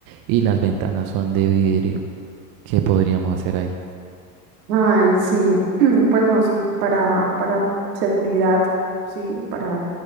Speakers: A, on the right (about 45°); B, on the right (about 80°).
A: y las ventanas son de vidrio. ¿Qué podríamos hacer ahí?
B: Ay, sí, <clears throat> pues no, sí, para, para seguridad, sí, para